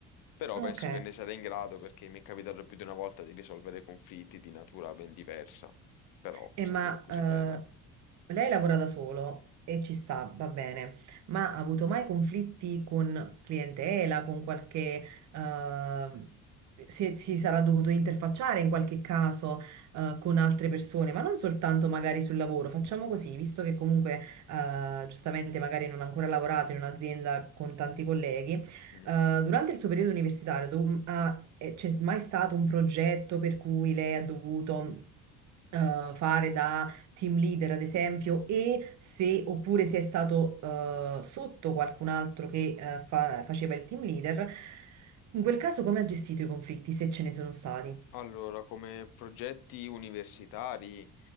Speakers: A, on the left; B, on the right.
A: Però
B: Ok,
A: penso che ne sarei in grado perché mi è capitato più di una volta di risolvere conflitti di natura ben diversa, però
B: e
A: sempre
B: ma
A: conclusi
B: eh,
A: bene.
B: Lei lavora da solo e ci sta, va bene, ma ha avuto mai conflitti con clientela, con qualche... ehm, si, si sarà dovuto interfacciare in qualche caso, eh, con altre persone, ma non soltanto magari sul lavoro. Facciamo così, visto che comunque, eh, giustamente magari non ha ancora lavorato in un'azienda con tanti colleghi,
A: Mm.
B: eh, durante il suo periodo universitario dov- ha- eh, c'è mai stato un progetto per cui lei ha dovuto eh, fare da team leader, ad esempio, e se oppure se è stato eh, sotto qualcun altro che eh, fa- faceva il team leader, in quel caso come ha gestito i conflitti, se ce ne sono stati?
A: Allora, come progetti universitari.